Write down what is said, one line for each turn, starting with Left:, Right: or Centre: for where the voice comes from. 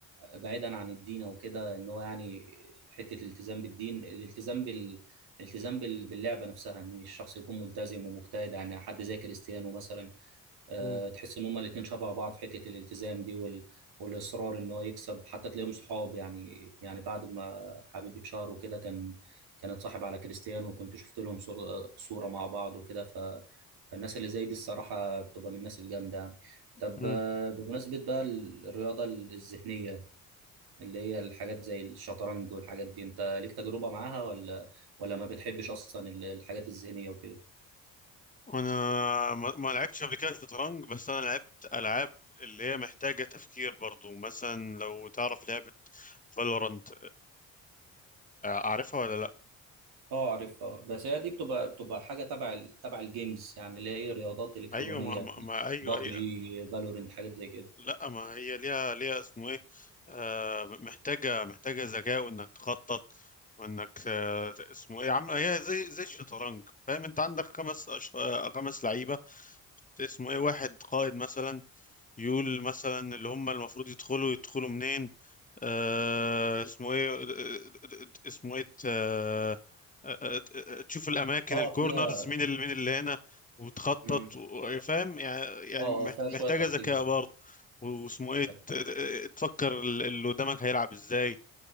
Right: بعيدا عن الدين او كده ان هو يعني حته الالتزام بالدين الالتزام بال الالتزام بال... باللعبه نفسها ان الشخص يكون ملتزم ومجتهد يعني حد زي كريستيانو مثلا آه،
Left: مم.
Right: تحس ان هما الاتنين شبه بعض في حته الالتزام دي وال... والاصرار ان هو يكسب حتى تلاقيهم صحاب يعني يعني بعد ما حبيبي بشهر وكده كان كان اتصاحب على كريستيانو وكنت شفت لهم صور... صوره مع بعض وكده ف... فالناس اللي زي دي الصراحه بتبقى من الناس الجامده يعني طب
Left: مم.
Right: آه، بمناسبه بقى الرياضه الذهنيه اللي هي الحاجات زي الشطرنج والحاجات دي انت ليك تجربه معاها ولا ولا ما بتحبش اصلا الحاجات الذهنيه وكده
Left: انا ما ما لعبتش قبل كده شطرنج بس انا لعبت العاب اللي هي محتاجة تفكير برضو مثلا لو تعرف لعبة فالورانت اعرفها ولا لا
Right: اه عارفها بس هي دي بتبقى بتبقى حاجه تبع ال... تبع الجيمز يعني اللي هي ايه رياضات الكترونيه
Left: ايوه ما,
Right: يعني
Left: ما ما- ايوه
Right: بابجي
Left: ايوه
Right: فالورنت حاجات زي كده
Left: لا ما هي ليها ليها اسمه ايه آه محتاجة محتاجة ذكاء وانك تخطط وانك آه اسمه ايه عم هي زي زي الشطرنج فاهم انت عندك خمس أش... آه، خمس لعيبة اسمه ايه واحد قائد مثلا يقول مثلا اللي هم المفروض يدخلوا يدخلوا منين آه، اسمه ايه آه، آه، آه، اسمه ايه آه، آه، آه، آه، آه، تشوف الاماكن
Right: اه
Left: الكورنرز
Right: فيها
Left: مين اللي مين اللي هنا وتخطط
Right: مم.
Left: و- فاهم يعني يعني
Right: اه آه،
Left: محت-
Right: فيها
Left: محتاجه
Right: شويه تخطيط
Left: ذكاء
Right: يعني.
Left: برضه واسمه ايه
Right: اه
Left: ت- ت- تفكر ال- اللي قدامك هيلعب ازاي